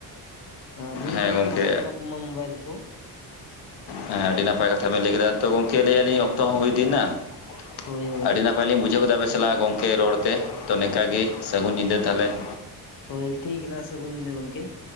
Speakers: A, on the left; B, on the left.
A: ᱾ ᱟᱨ ᱱᱤᱭᱟᱹ
B: ᱦᱮᱸ
A: ᱠᱚ ᱡᱟᱛᱮ
B: ᱜᱚᱢᱠᱮ
A: ᱵᱟᱵᱚᱱ ᱮᱢᱟ ᱠᱚ ᱢᱟ ᱢᱳᱵᱟᱭᱤᱞ ᱠᱚ ᱾
B: ᱦᱮᱸ ᱟᱹᱰᱤ ᱱᱟᱯᱟᱭ ᱠᱟᱛᱷᱟ ᱵᱮᱱ ᱞᱟᱹᱭ ᱠᱮᱫᱟ ᱛᱚ ᱜᱚᱝᱠᱮ ᱞᱟᱹᱭ ᱟᱞᱤᱧ ᱚᱠᱛᱚ ᱦᱚᱸ ᱦᱩᱭ ᱤᱫᱤ ᱮᱱᱟ ᱾
A: ᱦᱳᱭ ᱦᱳᱭ
B: ᱟᱹᱰᱤ ᱱᱟ ᱯᱟᱭ ᱞᱤᱧ ᱵᱩᱡᱷᱟᱹᱣ ᱠᱮᱫᱟ ᱟᱵᱮᱱ ᱥᱟᱞᱟᱜ ᱜᱚᱝᱠᱮ ᱨᱚᱲ ᱛᱮ ᱛᱚ ᱱᱤᱝᱠᱟ ᱜᱮ ᱥᱟᱹᱜᱩᱱ ᱧᱤᱫᱟᱹ ᱛᱟᱦᱚᱞᱮ ᱾
A: ᱦᱳᱭ ᱴᱷᱤᱠ ᱱᱟ ᱥᱟᱹᱜᱩᱱ ᱧᱤᱫᱟᱹ ᱜᱚᱢᱠᱮ ᱾